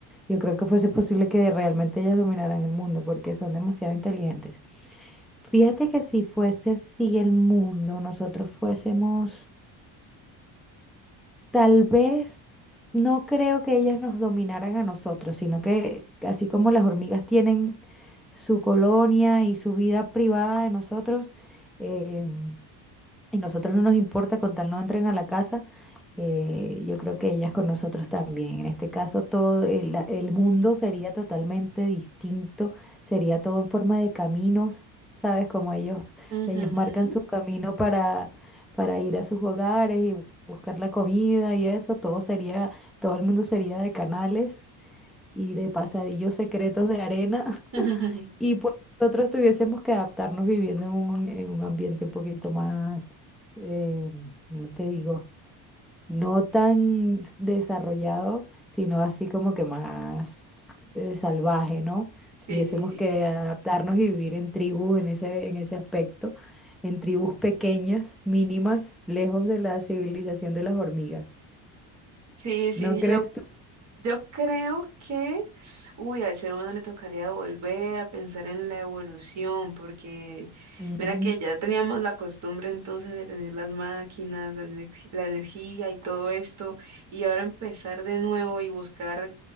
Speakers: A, in the centre; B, on the right.
A: Yo creo que fuese posible que realmente ellas dominaran el mundo porque son demasiado inteligentes. Fíjate que si fuese así el mundo, nosotros fuésemos Tal vez no creo que ellas nos dominaran a nosotros, sino que así como las hormigas tienen su colonia y su vida privada de nosotros, em, y nosotros no nos importa con tal no entren a la casa, eh, yo creo que ellas con nosotros también. En este caso, todo el, la- el mundo sería totalmente distinto, sería todo en forma de caminos, ¿sabes? Como ellos,
B: Ujú.
A: ellos marcan su camino para, para ir a sus hogares y buscar la comida y eso, todo sería, todo el mundo sería de canales y de pasadillos secretos de arena
B: <laughs>
A: y pues nosotros tuviésemos que adaptarnos viviendo en un, en un ambiente un poquito más, eh, ¿cómo te digo? No tan desarrollado, sino así como que más eh, salvaje, ¿no?
B: Sí,
A: Tuviésemos que adaptarnos y vivir en tribu en ese, en ese aspecto, en tribus pequeñas, mínimas, lejos de la civilización de las hormigas.
B: sí, sí,
A: ¿No crees
B: yo
A: tú?
B: Yo creo que, uy, al ser humano le tocaría volver a pensar en la evolución, porque
A: Ujú.
B: mira que ya teníamos la costumbre entonces de tener las máquinas, la, energi- la energía y todo esto, y ahora empezar de nuevo y buscar